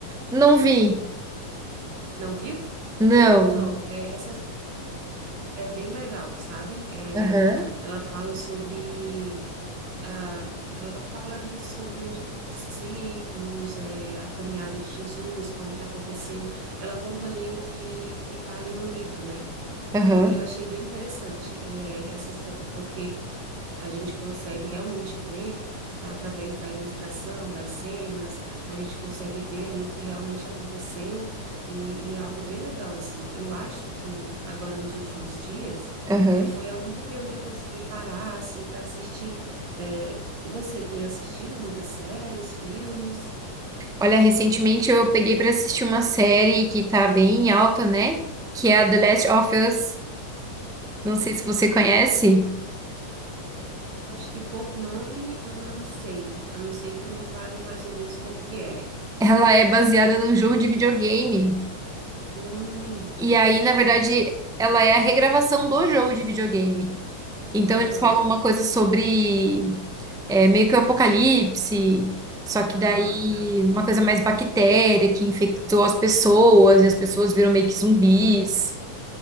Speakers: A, in the centre; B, on the right.
A: Não vi.
B: Não viu?
A: Não.
B: Então, é, essa é bem legal, sabe? É,
A: Aham,
B: ela fala sobre ah, ela fala ali sobre os discípulos, é, a caminhada de Jesus, como que aconteceu. Ela conta ali o que o que está ali no livro, né?
A: aham,
B: E, e eu achei bem interessante é, essa série, porque a gente consegue realmente ver através da ilustração, das cenas, a gente consegue ver ali o que realmente aconteceu e, e é algo bem legal, assim. Eu acho que agora nos últimos dias
A: aham.
B: eh, foi a única que eu ainda consegui parar, assim, para assistir. Eh, e você tem assistido muitas séries, filmes?
A: Olha, recentemente eu peguei pra assistir uma série que tá bem alta, né? Que é a The Last of Us. Não sei se você conhece.
B: Eu acho que por nome eu não sei, a não ser que tu me fale mais ou menos como que é.
A: Ela é baseada num jogo de videogame.
B: Hum,
A: E aí, na verdade, ela é a regravação do jogo de videogame. Então,
B: aham.
A: eles falam uma coisa sobre É meio que o apocalipse, só que
B: Ah,
A: daí
B: tá.
A: uma coisa mais bactéria que infectou as pessoas e as pessoas viram meio que zumbis.